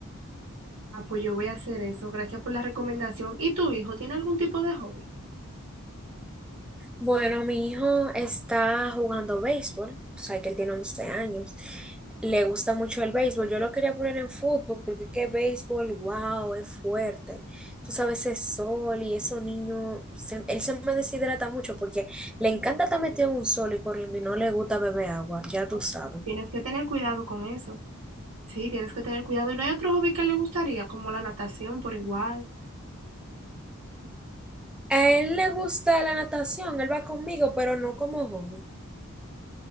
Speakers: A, on the right (about 80°); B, in the centre.
A: Ah, pues yo voy a hacer eso. Gracias por la recomendación. ¿Y tu hijo tiene algún tipo de hobby?
B: Bueno, mi hijo está jugando béisbol, o sea que él tiene 11 años. Le gusta mucho el béisbol. Yo lo quería poner en fútbol porque qué béisbol, wow, es fuerte. Tú sabes, es sol y esos niños, se- él se me deshidrata mucho porque le encanta estar metido en un sol y corriendo y no le gusta beber agua, ya
A: No.
B: tú sabes.
A: Tienes que tener cuidado con eso. Sí, tienes que tener cuidado. ¿Y no hay otro hobby que le gustaría, como la natación por igual?
B: A él le gusta la natación, él va conmigo, pero no como hobby.